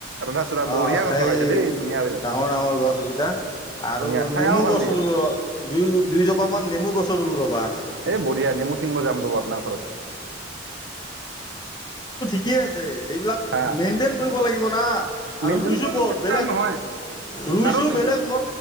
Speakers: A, on the right (about 75°); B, on the left (about 25°).
A: ৰাধাচূড়া বঢ়িয়া
B: অঁ
A: গছ
B: সেই
A: লগাইছে দেই ধুনীয়া বিৰাট
B: ডাঙৰ ডাঙৰ গছ এইকেইটা আৰু
A: ধুনীয়া চায়াও
B: নেমু
A: ভাল
B: গছ
A: দিয়ে
B: ৰুলো। দুয়ো দুই জোপা মান নেমু। গছ ৰুলো ৰবা।
A: এ বঢ়িয়া নেমু চিংগ যাম ৰব আপোনাৰ ঘৰত।
B: কি আছে। সেইবিলাক
A: হা
B: মেইনটেইন কৰিব লাগিব না আৰু
A: মেইনটেনেঞ্চ
B: ৰুইছোঁ ক'ত
A: বেছি
B: বেলেগ
A: টান নহয়
B: ৰুইছোঁ
A: ছাৰত নেকি?
B: বেলেগ মই